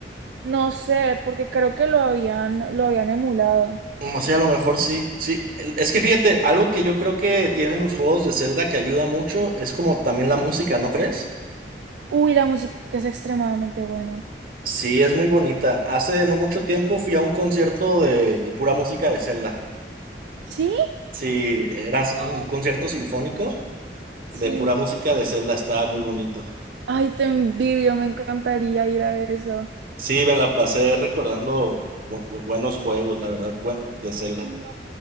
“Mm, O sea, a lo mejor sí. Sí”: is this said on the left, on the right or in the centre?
Right